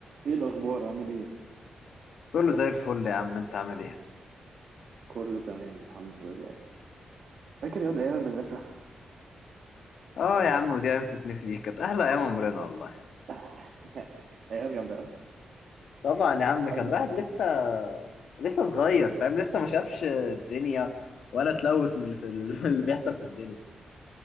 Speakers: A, on the right; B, on the left.
A: ايه الاخبار عامل ايه
B: كله زي الفل يا عم انت عامل ايه
A: كله تمام الحمد لله فاكر ياض ايام المدرسه
B: اه يا عم ودي ايام تتنسي دي كانت احلى ايام عمرنا والله
A: <laughs> ايام جامده ها؟
B: طبعا يا عم كان
A: أي...
B: الواحد لسه لسه صغير فاهم لسه ما شافش الدنيا ولا اتلوث من اللي في ال... <laughs> من اللي بيحصل في الدنيا